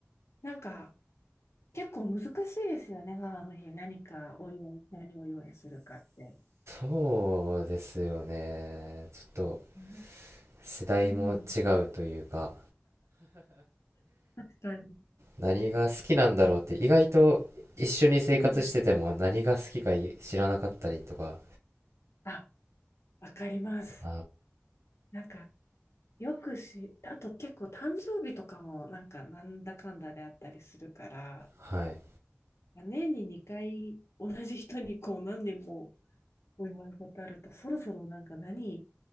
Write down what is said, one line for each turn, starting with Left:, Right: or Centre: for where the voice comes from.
Left: なんか結構難しいですよね、母の日。何かお祝い、何をお祝いするかって。
Right: そうですよね。ちょっと
Left: うん
Right: 世代も違うというか、
Left: うん、確かに。
Right: 何が好きなんだろうって意外と一緒に生活してても何が好きか知らなかったりとか
Left: うん。あ、わかります。
Right: あ
Left: なんか、よくし、あと結構誕生日とかもなんかなんだかんだであったりするから、
Right: あはい
Left: 年に2回同じ人にこう何年もお祝い事あると、そろそろなんか何、